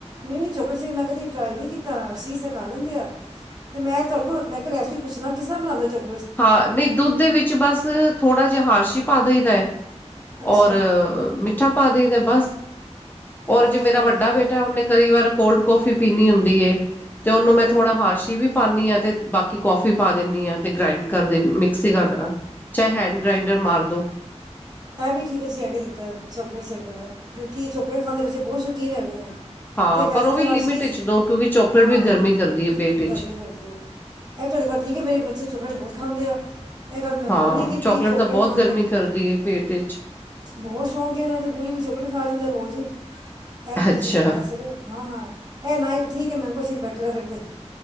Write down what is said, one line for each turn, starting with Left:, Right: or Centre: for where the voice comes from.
Right: ਨਹੀਂ-ਨਹੀਂ ਚੌਕਲੇਟਸ ਮੈਂ ਕਦੀ ਟਰਾਈ ਨਹੀਂ ਕੀਤਾ, ਹਰਸ਼ੀਜ਼ ਤਾਂ ਖਾ ਲੈਂਦੇ ਆਂ। ਅਤੇ ਮੈਂ ਤੁਹਾਡੇ ਕੋ ਮੈਂ ਇੱਕ ਰੈਸਪ ਪੁੱਛਣਾ ਕਿਸਾਂ ਬਣਾਉਦੇ ਹੋ ਚਾਕਲੇਟ
Left: ਹਾਂ, ਨਹੀਂ ਦੁੱਧ ਦੇ ਵਿੱਚ ਬਸ ਥੋੜ੍ਹਾ ਜਿਹਾ ਹਾਰਸੀ਼ ਪਾ ਦਈਦੈ
Right: ਅੱਛਾ
Left: ਔਰ ਮਿੱਠਾ ਪਾ ਦਈਦਾ ਬਸ, ਔਰ
Right: ਓਕੇ
Left: ਜੇ ਮੇਰਾ
Right: ਓਕੇ
Left: ਵੱਡਾ ਬੇਟਾ ਉਹਨੇ ਕਈ ਵਾਰ ਕੋਲਡ ਕੋੌਫੀ ਪੀਣੀ ਹੁੰਦੀ ਹੈ ਤੇ ਉਹਨੂੰ ਮੈਂ
Right: ਉਹ-
Left: ਥੋੜਾ ਹਾਰਸ਼ੀ ਵੀ- ਪਾਉਨੀ ਹਾਂ ਤੇ ਬਾਕੀ ਕੌਫੀ ਪਾ ਦਿੰਨੀ ਹਾਂ ਤੇ ਗ੍ਰਾਇੰਡ ਕਰ ਦਿੰਨੀ, ਮਿਕਸੀ ਕਰ ਚਾਹੇ ਹੈਂਡ ਗ੍ਰੈਂਡਰ ਮਾਰਦੋ-
Right: ਐ ਵੀ ਠੀਕ ਹੈ ਤੁਸੀਂ ਐਡੀਆ ਦਿੱਤਾ ਚੋਕਲੇਟ ਸੇ਼ਕ ਵਾਲਾ, ਕਿਉਂਕਿ ਚੋਕਲੇਟ ਖਾਣ ਦੇ ਬੱਚੇ ਬਹੁਤ ਸ਼ੌਕੀਨ ਹੈਗੇ ਨੇ।
Left: ਹਾਂ
Right: ਤੇ ਵੈਸੇ
Left: ਪਰ ਉਹ ਵੀ
Right: ਹਰਸੀਜ਼,
Left: ਲਿਮਿਟ ਵਿੱਚ ਦੋ ਕਿਉਂਕਿ ਚੋਕਲੇਟ
Right: ਹਾਂ
Left: ਵੀ ਗਰਮੀ ਕਰਦੀ ਏ ਪੇਟ ਵਿੱਚ
Right: ਗਰਮੀ ਕਰਦੇ। ਇਹ ਤੁਹਾਡੀ ਗੱਲ ਠੀਕ ਹੈ ਮੇਰੇ ਬੱਚੇ ਚੋਕਲੇਟ ਬਹੁਤ ਖਾਂਦੇ ਆ। ਇਹ ਗੱਲ ਮੈਂ
Left: ਹਾਂ
Right: ਗੌਰ ਨਹੀਂ ਕੀਤੀ
Left: ਚੋਕਲੇਟ ਤਾਂ ਬਹੁਤ
Right: ਖਾਣ
Left: ਗਰਮੀ
Right: ਦੇ
Left: ਕਰਦੀ ਹੈ ਪੇਟ ਵਿੱਚ
Right: ਬਹੁਤ ਸ਼ੌਂਕ ਏ ਉਹਨਾ ਤੇ ਪੂਰੀ ਵੀ ਚਾਕਲੀਟ ਖਾ ਜਾਂਦਾ ਰੋਜ਼ ਹੀ- ਇਹ ਤੇ
Left: ਅੱਛਾ
Right: ਤੁਸੀਂ ਸਹੀ ਦੱਸ ਰਹੇ ਹੋ ਹਾਂ ਹਾਂ, ਇਹ ਨਾ ਹੀ ਠੀਕ ਹੈ ਮੈਂ ਕੁਛ ਬੈਟਰ ਆ ਫਿਰ ਤੇ